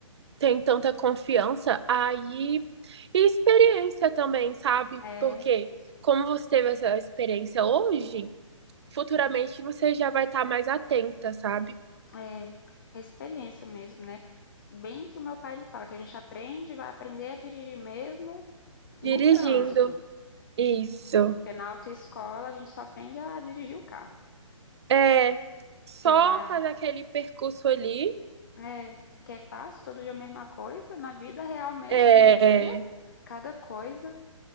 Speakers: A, on the right; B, on the left.
A: tem tanta confiança, aí. E experiência também, sabe?
B: é.
A: Porque como você teve essa experiência hoje, futuramente você já vai estar mais atenta, sabe?
B: É, é experiência mesmo, né? Bem que o meu pai ele fala que a gente aprende, vai aprender a dirigir mesmo
A: Dirigindo.
B: no trânsito.
A: Isso.
B: Porque na autoescola a gente só aprende a dirigir o carro.
A: É só
B: Você já
A: fazer aquele percurso ali.
B: é, que é fácil, todo dia a mesma coisa, na vida real mesmo,
A: É,
B: dia a dia, cada coisa.